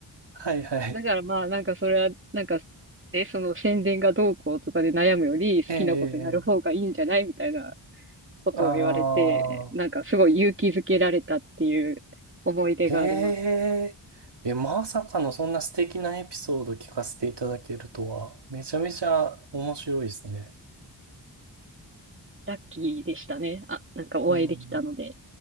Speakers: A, on the right; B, on the right.
A: はいはい。
B: だからまあ、なんかそれは、なんか、で、その宣伝がどうこうとかで悩むより、好きなことやる方がいいんじゃないみたいな
A: ええ、
B: ことを言われて、
A: ああ、
B: なんかすごい勇気づけられたっていう思い出があります。
A: ええ、え、まさかのそんな素敵なエピソード聞かせていただけるとは、めちゃめちゃ面白いですね。
B: ラッキーでしたね。あ、なんかお会いできたので。
A: うん。